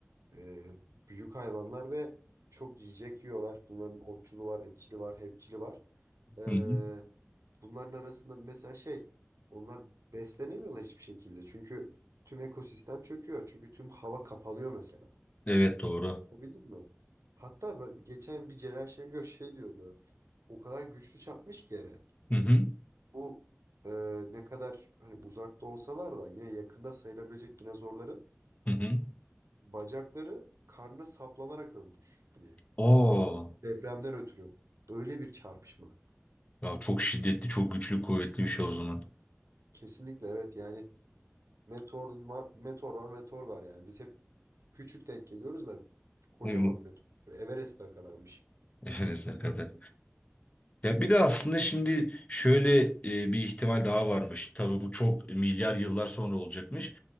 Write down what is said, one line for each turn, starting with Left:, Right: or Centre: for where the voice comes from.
Right: e, büyük hayvanlar ve çok yiyecek yiyorlar. Bunların otçulu var, etçili var, hepçili var. Ee,
Left: Hı hı.
Right: bunların arasında mesela şey onlar beslenemiyorlar hiçbir şekilde. Çünkü tüm ekosistem çöküyor. Çünkü tüm hava kapanıyor mesela.
Left: Evet doğru.
Right: Bildin mi? Hatta ben- geçen bir Celal Şengör şey diyordu. O kadar güçlü çarpmış ki yere.
Left: Hı hı.
Right: Bu e, ne kadar hani uzakta olsalar da yine yakında sayılabilecek dinozorların
Left: Hı hı.
Right: bacakları karnına saplanarak ölmüş. Hani
Left: Oo.
Right: depremden ötürü. Öyle bir çarpışma.
Left: Ya çok şiddetli, çok güçlü, kuvvetli bir şey o zaman.
Right: Kesinlikle evet yani meteor var, meteor var, meteor var yani. Biz hep küçük denk geliyoruz da kocaman
Left: Uygun.
Right: bir meteor. Şu Everest'e kadarmış.
Left: Efelesine kadar. Ya bir de aslında şimdi şöyle e, bir ihtimal daha varmış. Tabii bu çok milyar yıllar sonra olacakmış.